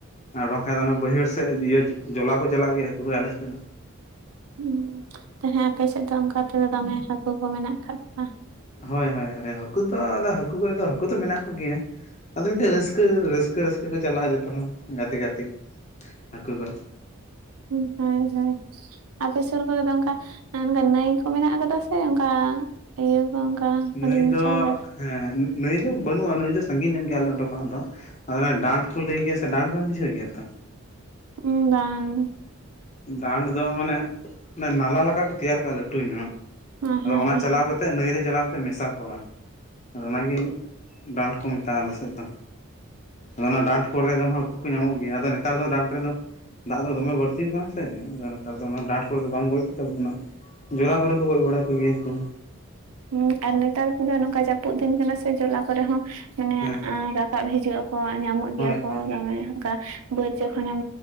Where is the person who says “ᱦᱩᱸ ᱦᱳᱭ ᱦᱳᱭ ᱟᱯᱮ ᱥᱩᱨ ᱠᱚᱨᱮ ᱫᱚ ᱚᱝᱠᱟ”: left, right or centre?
Right